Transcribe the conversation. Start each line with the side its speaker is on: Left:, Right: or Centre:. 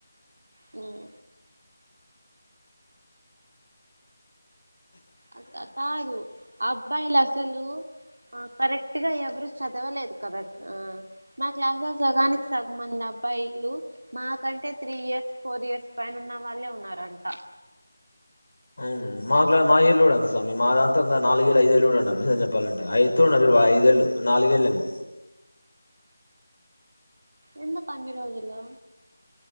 Right: హ్మ్ అంత కాదు అబ్బాయిలు అసలు ఆ కరెక్ట్ గా ఎవరు చదవలేదు కదా ఆ మా క్లాస్ లో సగానికి సగం మంది అమ్ అబ్బాయిలు మాకంటే త్రీ ఇయర్స్ ఫోర్ ఇయర్స్ పైన ఉన్న వాళ్ళే ఉన్నారంట
Left: అవును మాకులా మా ఇయరులో కూడా అంతే సామీ మా దాంట్లో ఇంకా నాలుగేళ్ళు ఐదేళ్ళు కూడా ఉన్నారు నిజం చెప్పాలంటే ఆ ఎత్తుగ ఉన్నారు చూడు ఐదేళ్లు నాలుగేళ్ళేమో
Right: ఎందుకన్నిరోజులు